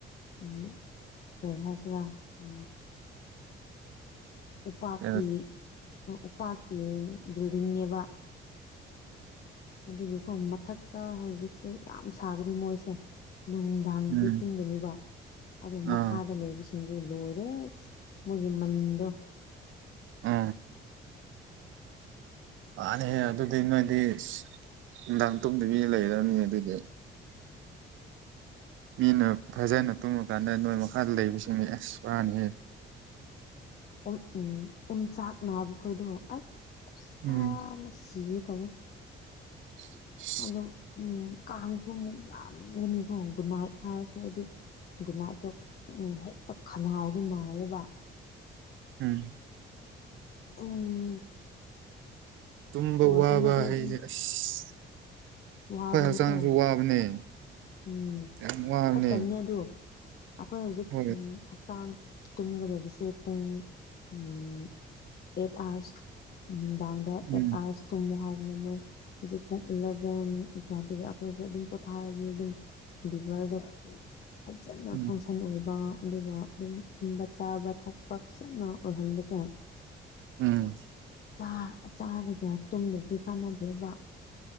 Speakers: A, on the left (about 50°); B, on the right (about 75°).
A: ꯎꯝ ꯀꯔꯤ ꯍꯥꯏꯁꯤꯔꯥ ꯎ ꯎꯄꯥꯛꯀꯤ
B: ꯑꯣ
A: ꯎꯄꯥꯛꯀꯤ ꯕꯤꯜꯗꯤꯡꯅꯦꯕ ꯑꯗꯨꯒꯤꯀꯣ ꯃꯊꯛꯇ ꯍꯧꯖꯤꯛ ꯁꯦ ꯌꯥꯝ ꯁꯥꯒꯅꯤ ꯃꯣꯏꯁꯦ ꯅꯨꯡꯗꯥꯡꯗꯤ
B: ꯎꯝ
A: ꯏꯪꯒꯅꯤꯕ ꯑꯗꯨ ꯃꯈꯥꯗ
B: ꯑꯥ
A: ꯂꯩꯕꯁꯤꯡꯗꯤ ꯂꯣꯏꯔꯦ ꯑꯁ ꯃꯣꯏꯒꯤ ꯃꯅꯤꯟꯗꯣ
B: ꯑ ꯋꯥꯅꯦꯍꯦ ꯑꯗꯨꯗꯤ ꯅꯣꯏꯗꯤ ꯅꯨꯡꯗꯥꯡ ꯇꯨꯝꯗꯕꯤꯗ ꯂꯩꯔꯕꯅꯤ ꯑꯗꯨꯏꯗꯤ ꯃꯤꯅ ꯐꯖꯅ ꯇꯨꯝꯃꯀꯥꯟꯗ ꯅꯣꯏ ꯃꯈꯥꯗ ꯂꯩꯕꯁꯤꯡꯅꯤ ꯑꯁ ꯋꯥꯅꯤꯍꯦ
A: ꯎ ꯎ ꯎꯝ ꯆꯥꯛ ꯅꯥꯕ ꯈꯣꯏꯗꯣ ꯑꯁ ꯈꯨꯁꯥꯃ
B: ꯎꯝ
A: ꯁꯤꯒꯦ ꯇꯩꯋꯦ
B: <inaudible>
A: ꯑꯗꯨꯝ ꯎꯝ ꯀꯥꯡꯁꯨ ꯑꯃꯨꯛ ꯌꯥꯝꯒꯅꯤꯀꯣ ꯒꯨꯟ ꯅꯥꯏꯠ ꯊꯥꯔꯁꯨ ꯍꯥꯏꯗꯤ ꯒꯨꯅꯥꯢꯠꯇꯤ ꯍꯦꯛꯇ ꯈꯅꯥꯎꯗꯨ ꯅꯥꯏꯌꯦꯕ
B: ꯎꯝ
A: <inaudible> ꯎꯨꯡ
B: ꯇꯨꯝꯕ
A: ꯀꯣ
B: ꯋꯥꯕ
A: ꯑꯃꯗꯣ ꯑꯗꯨꯝ
B: ꯍꯥꯏꯁꯦ ꯑꯁ
A: ꯋꯥꯕꯅꯦꯀꯣ
B: ꯑꯩꯈꯣꯏ ꯍꯛꯆꯥꯡꯁꯨ ꯋꯥꯕꯅꯦ
A: ꯎꯝ
B: ꯌꯥꯝ ꯋꯥꯕꯅꯦ
A: ꯐꯠꯇꯕꯅꯦꯕ ꯑꯗꯣ ꯑꯃ ꯍꯧꯖꯤꯛ ꯎꯞ
B: ꯍꯣꯏ
A: ꯍꯛꯆꯥꯡ ꯇꯨꯝꯒꯗꯕꯁꯦ ꯄꯨꯡ ꯏꯝ ꯑꯩꯠ ꯑꯥꯋꯔꯁ ꯅꯨꯡꯗꯥꯡꯗ ꯑꯦꯠ
B: ꯎꯝ
A: ꯂꯥꯁ ꯇꯨꯝꯃꯣ ꯍꯥꯏꯕꯅꯤ ꯃꯣꯏ ꯍꯧꯖꯤꯛ ꯄꯨꯡ ꯏꯂꯚꯦꯟ ꯑꯗꯨꯋꯥꯏꯗꯒꯤ ꯑꯩꯈꯣꯏꯁꯦ ꯑꯗꯨꯝ ꯄꯣꯊꯥꯔꯗꯤ ꯑꯗꯨꯝ ꯂꯤꯚꯔꯗ ꯐꯖꯅ
B: ꯎꯝ
A: ꯐꯪꯁꯟ ꯑꯣꯏꯕ ꯑꯗꯨꯒ ꯑꯗꯨꯝ ꯇꯨꯝꯕ ꯆꯥꯕ ꯊꯛꯄ ꯐꯖꯅ ꯑꯣꯏꯍꯟꯕꯁꯦ
B: ꯎꯝ
A: ꯆꯥꯔꯒ ꯆꯥꯔꯒ ꯇꯨꯝꯕꯖꯤꯗꯤ ꯀꯥꯟꯅꯗꯦꯕ